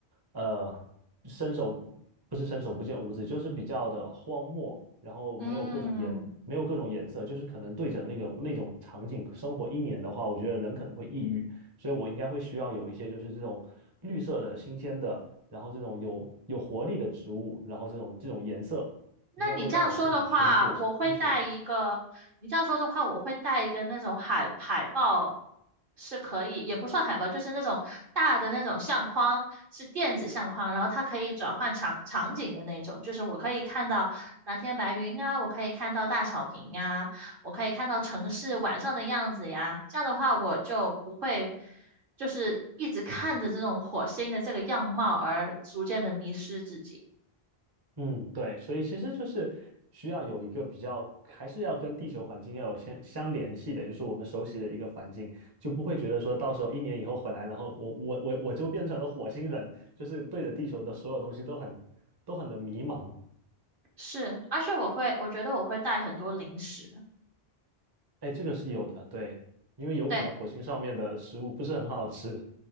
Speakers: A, on the right; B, on the right.
A: 呃，伸手不是伸手不见五指，就是比较的荒漠，然后没有各种颜，
B: 嗯，
A: 没有各种颜色，就是可能对着那种那种场景生活一年的话，我觉得人可能会抑郁，所以我应该会需要有一些就是这种绿色的、新鲜的，然后这种有有活力的植物，然后这种这种颜色，
B: 那你这样说的话，
A: 应该会让我心情舒舒舒适一点。
B: 我会带一个。你这样说的话，我会带一个那种海海报，是可以，也不算海报，就是那种大的那种相框，是电子相框，然后它可以转换场场景的那种，就是我可以看到蓝天白云啊，我可以看到大草坪呀，我可以看到城市晚上的样子呀。这样的话，我就不会就是一直看着这种火星的这个样貌而逐渐的迷失自己。
A: 嗯，对，所以其实就是需要有一个比较，还是要跟地球环境要有相相联系的，就是我们熟悉的一个环境，就不会觉得说到时候一年以后回来，然后我我我我就变成了火星人，就是对着地球的所有东西都很都很的迷茫。
B: 是，而且我会，我觉得我会带很多零食，
A: 哎，这个是有的，对，因为有可能火星上面的食物不是很好吃，
B: 对